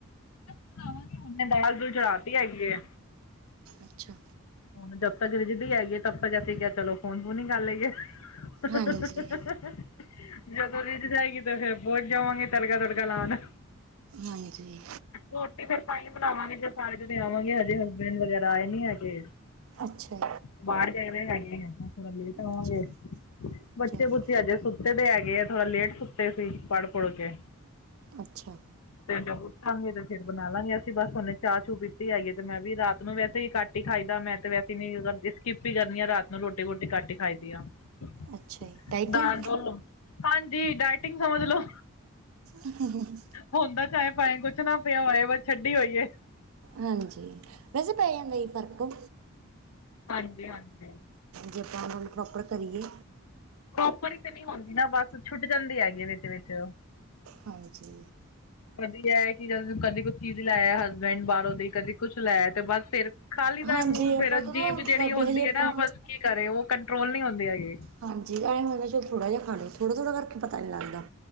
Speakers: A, on the left; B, on the right.
A: ਬਣਾਵਾਂਗੇ, ਹੁਣ ਦਾਲ- ਦੁਲ ਚੜਾਤੀ ਹੈਗੀ ਏ।
B: ਅੱਛਾ।
A: ਜਦ ਤੱਕ ਰਿਝਦੀ ਹੈਗੀ, ਤਬ ਤੱਕ ਅਸੀਂ ਕਿਹਾ ਚਲੋ ਫੋਨ- ਫੂਨ ਹੀ ਕਰ ਲਈਏ। ਹ -ਹ
B: ਹਾਂਜੀ
A: -ਹ -ਹ -ਹ -ਜ। ਰਿਜ ਜਾਏਗੀ ਤੇ ਫਿਰ ਪਹੁੰਚ ਜਾਵਾਂਗੇ ਤੜਕਾ -ਤੁੜਕਾ ਲਾਣ।
B: ਹਾਂਜੀ।
A: ਰੋਟੀ ਫੇਰ ਤਾਂਈ ਬਣਾਵਾਂਗੇ ਜ ਸਾਰੇ ਜਨੇ ਆਵਾਂਗੇ ਹਜੇ ਹਸਬੈਂਡ ਵਗੈਰਾ ਆਏ ਨੀ ਹੈਗੇ।
B: ਅੱਛਾ।
A: ਬਾਹਰ ਗਏ ਵੇ ਹੈਗੇ ਐ ਥੋੜਾ ਲੇਟ ਆਣਗੇ
B: ਅੱਛਾ
A: ਬੱਚੇ
B: ਚਲੋ
A: ਬੁੱਚੇ ਹਜੇ ਸੁ ਤੇ ਦੇ ਹੈਗੇ ਆ, ਥੋੜਾ ਲੇਟ ਸੁੱਤੇ ਸੀ ਪੜ੍ਹ ਪੁੜ ਕੇ।
B: ਅੱਛਾ।
A: ਤੇ ਜਦ ਉੱਠਾਂਗੇ ਤੇ ਫੇਰ ਬਣਾ ਲਾਂਗੇ, ਅਸੀਂ ਬਸ ਉਹਨੇ ਚਾਹ ਚੂ ਪੀਤੀ ਹੈਗੀ ਹੈ। ਤੇ ਮੈਂ ਵੀ ਰਾਤ ਨੂੰ ਵੈਸੇ ਹੀ ਇਕੱਟ ਰੋਟੀ ਖਾਈਦਾ। ਮੈਂ ਤੇ ਵੈਸੇ ਨੀ ਕਰਦੀ ਸਕਿੱਪ ਹੀ ਕਰਨੀ ਆ ਰਾਤ ਨੂੰ ਰੋਟੀ ਵੋਟੀ ਕੱਟ ਹੀ ਖਾਈ ਦੀ ਆ। <unintelligible>
B: ਅੱਛਾ ਜੀ ਡਾਇਟਿੰਗ
A: ਹਾਂਜੀ ਡਾਇਟਿੰਗ ਸਮਝ ਲੋੋ।
B: ਹਮ, ਹਮ।
A: ਹੁੰਦਾ ਚਾਹਏ ਪਾਏ ਕੁੱਛ ਨਾ ਪਿਆ ਹੋਏ ਬਸ ਛੱਡੀ ਹੋਈਏ।
B: ਹਾਂਜੀ ਵੈਸੇ ਪੈ ਜਾਂਦਾ ਇ ਫ਼ਰਕ ਤੋਂ।
A: ਹਾਂਜੀ-ਹਾਂਜੀ।
B: ਜੇ <unintelligible> ਪ੍ਰੋਪਰ ਕਰੀਏ।
A: ਪ੍ਰੋਪਰ ਹੀ ਤੇ ਨਹੀਂ ਹੁੰਦੀ ਨਾ ਬਸ ਛੁੱਟ ਜਾਂਦੀ ਹੈਗੀ ਵਿੱਚ-ਵਿੱਚ।
B: ਹਾਂਜੀ।
A: ਕਦੀ ਹੈ ਕਿਦ ਕਦੇ ਕੁਛ ਚੀਜ਼ ਲੈਆ ਹਸਬੈਂਡ ਬਾਹਰੋਂ ਦੀ ਕਦੀ ਕੁੱਛ ਲਾਇਆ ਤੇ ਬਸ ਫੇਰ ਖਾਲੀ
B: ਹਾਂਜੀ
A: ਦਾ ਮੂੰਹ
B: ਆਪਾਂ
A: ਫਿਰ ਅ
B: ਤਾਂ ਨਾ
A: ਜੀਬ ਜਿਹੜੀ ਹੁੰਦੀ
B: ਵੀ ਹਜੇ ਆਪਾਂ
A: ਹੈ ਨਾ ਬਸ ਕੀ ਕਰੇ ਉਹ ਕੰਟਰੋਲ ਨਹੀਂ ਹੁੰਦੀ ਹੈਗੀ।
B: ਹਾਂਜੀ ਆਏ ਨੂੰ ਥੋੜ੍ਹਾ ਜਿਹਾ ਖਾ ਲਓ ਥੋੜਾ-ਥੋੜਾ ਕਰਕੇ ਪਤਾ ਨਹੀਂ ਲੱਗਦਾ।